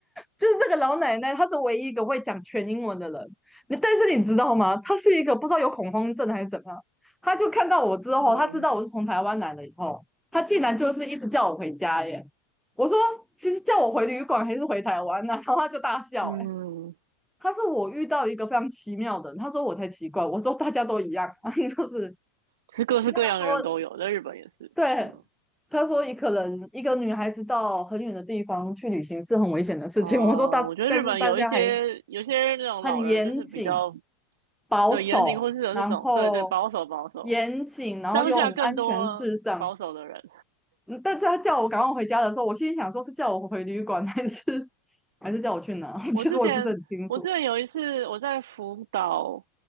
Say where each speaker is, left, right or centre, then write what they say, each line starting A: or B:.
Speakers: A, in the centre; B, on the right (about 80°).
A: 就是这个老奶奶，她是唯一一个会讲全英文的人。你但是你知道吗？她是一个不知道有恐慌症还是怎么样，她就看到我之后，
B: 嗯
A: 她知道我是从台湾来的以后，她竟然就是一直叫我回家耶。我说，其实叫我回旅馆还是回台湾呢、啊然后他就大笑、
B: 嗯，
A: 欸，哎他说我遇到一个非常奇妙的人，他说我才奇怪，我说大家都一样，<laughs> 就是
B: 其实各式各样的人都有，
A: 他说
B: 在日本也是。
A: 对，
B: 嗯，
A: 他说一可能一个女孩子到很远的地方去旅行是很危险的事情。
B: 呃，
A: 我说大，
B: 我觉得日本有一些有些那种老人就是比较
A: 但是大家还很严谨、保守，
B: 对，严谨或是有这种对对保守保守，
A: 然后严谨，然后又很安全至上。
B: 乡下更多保守的人。
A: 嗯但是他叫我赶快回家的时候，我心里想说是叫我回旅馆还是 <laughs> 还是叫我去哪？<laughs>
B: 我之前我之前有一次我在福岛
A: 其实我也不是很清楚。